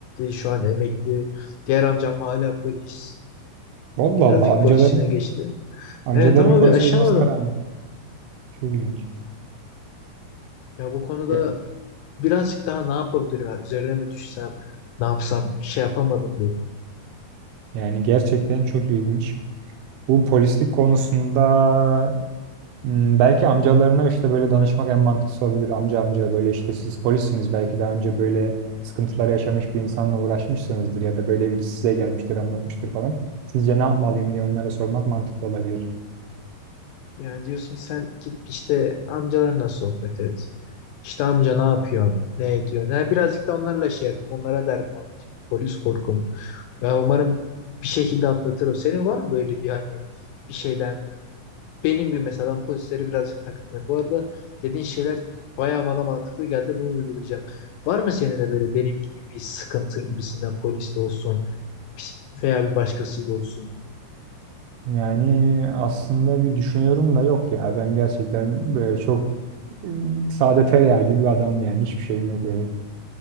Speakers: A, on the left; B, on the right.
A: şu an emekli. Diğer amcam hala polis.
B: Vallahi
A: Trafik
B: Allah amcaların
A: polisine geçti.
B: amcaların
A: Evet ama
B: polis
A: bir aşamadım.
B: olmasına rağmen çok ilginç.
A: Ya bu konuda
B: Ya-
A: birazcık daha ne yapabilirim? Ya üzerine mi düşsem? Ne yapsam? Bir şey yapamadım bir.
B: Yani gerçekten çok ilginç. Bu polislik konusunda Hmm, belki amcalarına işte böyle danışmak en mantıklısı olabilir. Amca amca böyle işte siz polissiniz belki daha önce böyle sıkıntılar yaşamış bir insanla uğraşmışsınızdır ya da böyle biri size gelmiştir anlatmıştır falan. Sizce ne yapmalıyım diye onlara sormak mantıklı olabilir.
A: Yani diyorsun ki sen git işte amcalarla sohbet et. İşte amca ne yapıyor? Ne ediyor? Yani birazcık da onlarla şey yapayım. Onlara derdim anlatayım. Polis korkumu. Ya umarım bir şekilde atlatırım. Senin var mı böyle bir hani bir şeyden benim gibi mesela ben polislere birazcık takıntılıyım. Bu arada dediğin şeyler bayağı bana mantıklı geldi. Bunu uygulayacağım. Var mı senin de böyle benim gibi bir sıkıntın gibisinden poliste olsun pis- veya bir başkasıyla olsun?
B: Yani aslında bir düşünüyorum da yok ya ben gerçekten böyle çok e, sade tereyağı gibi bir adamım yani hiçbir şeyim yok öyle.